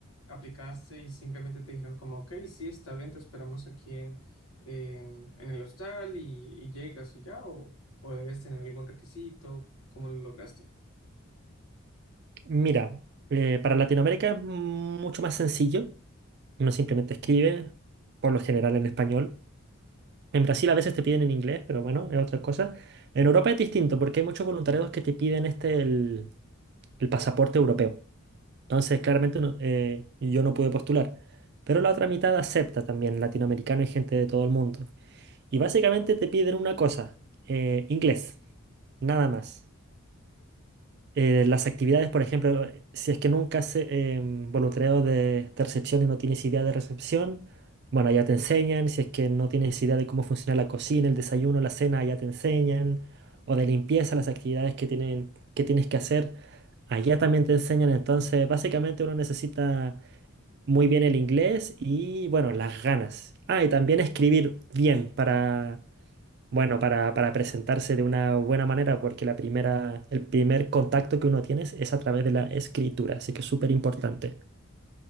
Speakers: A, on the left; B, on the right.
A: ¿aplicaste y simplemente te dijeron como, ok, sí, está bien, te esperamos aquí en, en, en el hostal y, y llegas y ya? ¿O, o debes tener algún requisito? ¿Cómo lo lograste?
B: Mira, eh, para Latinoamérica es mucho más sencillo. Uno simplemente escribe, por lo general en español. En Brasil a veces te piden en inglés, pero bueno, es otra cosa. En Europa es distinto porque hay muchos voluntariados que te piden este, el, el pasaporte europeo. Entonces, claramente no- eh, yo no pude postular. Pero la otra mitad acepta también latinoamericano y gente de todo el mundo. Y básicamente te piden una cosa, eh, inglés, nada más eh, las actividades, por ejemplo, si es que nunca hace em, voluntariado de, de recepción y no tienes idea de recepción, bueno, allá te enseñan. Si es que no tienes idea de cómo funciona la cocina, el desayuno, la cena, allá te enseñan. O de limpieza, las actividades que tienen, que tienes que hacer, allá también te enseñan. Entonces, básicamente uno necesita muy bien el inglés y, bueno, las ganas. Ah, y también escribir bien para bueno, para, para presentarse de una buena manera, porque la primera, el primer contacto que uno tiene es, es a través de la escritura, así que es súper importante.